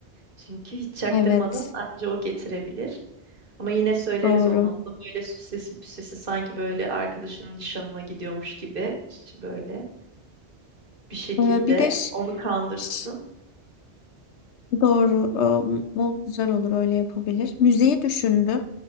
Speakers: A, on the right (about 50°); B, on the left (about 85°).
A: Çünkü hiç çaktırmadan
B: Evet,
A: anca o getirebilir. Ama yine söyleriz
B: doğru.
A: ona. O da böyle süslesin püslesin sanki böyle arkadaşının nişanına gidiyormuş gibi. Böyle bir şekilde
B: E, bir de
A: onu kandırsın.
B: ş- Doğru. O, o güzel olur öyle yapabilir. Müziği düşündüm.